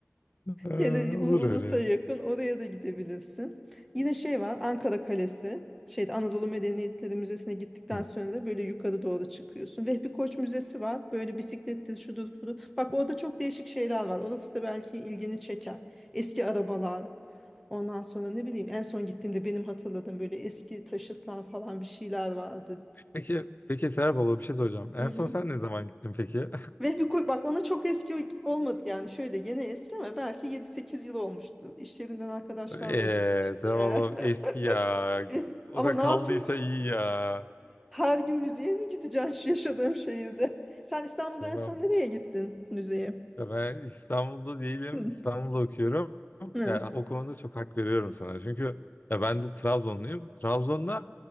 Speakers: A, on the left (about 50°); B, in the centre.
A: Eee,
B: Gene
A: Olur
B: u-
A: öyle
B: ulusa
A: ya.
B: yakın. Oraya da gidebilirsin. Yine şey var. Ankara Kalesi. Şeyde Anadolu Medeniyetleri Müzesi'ne gittikten
A: Hı.
B: sonra da böyle yukarı doğru çıkıyorsun. Vehbi Koç Müzesi var. Böyle bisiklettir, şudur, budur. Bak orada çok değişik şeyler var. Orası da belki ilgini çeker. Eski arabalar. Ondan sonra ne bileyim en son gittiğimde benim hatırladığım böyle eski taşıtlar falan bir şeyler vardı.
A: Peki, peki Serap abla bir şey soracağım. En
B: Hı hı.
A: son sen ne zaman gittin peki?
B: Ve bir koy- bak ona çok eski olmadı yani şöyle yeni eski ama belki yedi sekiz yıl olmuştu. İş yerinden arkadaşlarla
A: Eee
B: gitmişti.
A: tamam
B: ya.
A: eski
B: <laughs>
A: ya.
B: Es-
A: Ora
B: Ama ne
A: kaldıysa
B: yapayım?
A: iyi ya.
B: Her gün müzeye mi gideceğim şu yaşadığım şehirde? Sen İstanbul'da
A: Tamam.
B: en son nereye gittin müzeye?
A: Ya Ben İstanbul'da değilim.
B: Hı.
A: İstanbul'da okuyorum.
B: Hı.
A: Ya o konuda çok hak veriyorum sana. Çünkü ya ben de Trabzonluyum. Trabzon'da